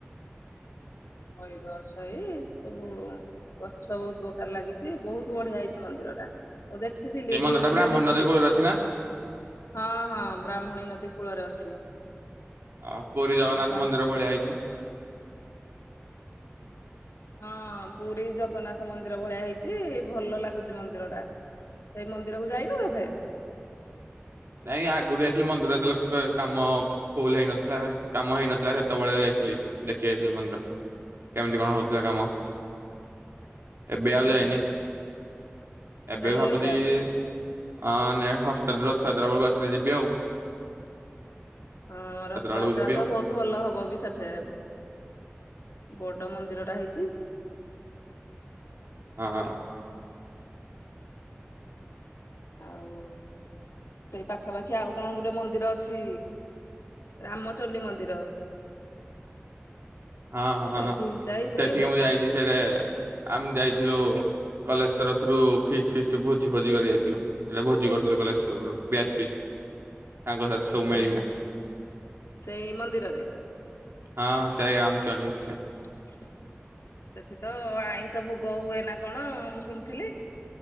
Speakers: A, on the left; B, on the right.
A: ମୟୂର ଅଛଇ ସବୁ ଗଛ ବହୁତ ପ୍ରକାର ଲାଗିଛି, ବହୁତ ବଢିଆ ହେଇଛି ମନ୍ଦିର ଟା ମୁଁ ଦେଖ ଥିଲି
B: ସେଇ ମନ୍ଦିର
A: ରିଲ୍ସ
B: ଟା ବ୍ରାହ୍ମଣୀ
A: ରେ ଦେଖିଥିଲି
B: ନଦୀ କୂଳରେ ଅଛି ନା?
A: ହଁ ହଁ ବ୍ରାହ୍ମଣୀ ନଦୀ କୂଳରେ ଅଛି।
B: ଆଉ ପୁରୀ ଜଗନ୍ନାଥ
A: ମୋ ସାଙ୍ଗ
B: ମନ୍ଦିର ଭଳିଆ ହେଇଛି।
A: ହଁ ପୁରୀ ଜଗନ୍ନାଥ ମନ୍ଦିର ଭଳିଆ ହେଇଛି ଭଲ ଲାଗୁଚି ମନ୍ଦିର ଟା। ସେଇ ମନ୍ଦିରକୁ ଯାଇନୁ କେବେ।
B: ନାଇଁ ଆଗରୁ ଯାଇଥିଲି ମନ୍ଦିର ଯେ ଯେତେବେଳ କେ କାମ ଫୁଲ ହେଇନଥିଲା କାମ ହେଇନଥିଲା, ସେତେବେଳେ ଯାଇଥିଲି ଦେଖି ଯାଇଥିଲି ମନ୍ଦିର। କେମିତି କଣ ହଉଥିଲା କାମ। ଏବେ
A: ହଁ
B: ଆଉ ଯାଇନି ଏବେ
A: ଯାଇନୁ
B: ଭାବୁଛି
A: ଆଉ
B: ହଁ ନା ହଷ୍ଟେଲ ରୁ ରଥଯାତ୍ରା ବେଳକୁ ଆସିଲେ ଯିବି ଆଉ।
A: ହଁ ରଥଯାତ୍ରା
B: ବେଳକୁ ଯିବି
A: ତ
B: ଆଉ
A: ବହୁତ ଭଲ ହବ ବି ସେଠେ। ବଡ ମନ୍ଦିରଟା ହେଇଛି।
B: ହଁ-
A: ଆଉ ଏଇ ପାଖାପାଖି ଆଉ କଣ ଗୋଟେ ମନ୍ଦିର ଅଛି। ରାମଚଣ୍ଡୀ ମନ୍ଦିର-
B: ହଁ ହଁ
A: ସେଇଠି ଯାଇଛୁ
B: ସେଠିକି
A: କେବେ
B: ମୁଁ ଯାଇଛି ସେଟ ଆମେ ଯାଇଥିଲୁ କଲେଜ ତରଫରୁ ଫିସ୍ ଫିସ୍ଟି ଭୋଜି କରିବାରେ ଯାଇଥିଲୁ। ସେଟା ଭୋଜି କରୁଥିଲ କଲେଜ ତରଫରୁ ବ୍ୟାଚ ତାଙ୍କ ସାଥି- ସବୁ
A: ସେଇ
B: ମିଳେନା
A: ସେଇ ମନ୍ଦିରରେ
B: <unintelligible> ହଁ ସୋଇ ରାମଚନ୍ଦ।
A: <unintelligible> ସେଠି ତ ଆଇଁଷ ଭୋଗ ହୁଏ ନା କଣ ମୁଁ ଶୁଣିଥିଲି।